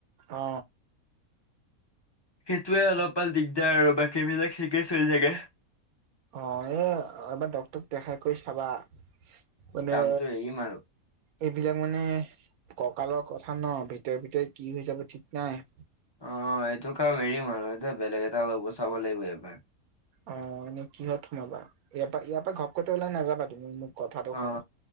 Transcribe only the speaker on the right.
অ
অ এ আবাৰ ডক্টৰক দেখাই কৰি চাবা মানে
এইবিলাক মানে ককালৰ কথা ন ভিতৰে ভিতৰে কি হৈ যাব ঠিক নাই।
অ এনেই কিহত সোমাবা, ইয়াৰ পৰা ইয়াৰ পৰা ঘপকতে ওলাই নাযাবা, তুমি মোক কথাটো
শুনা,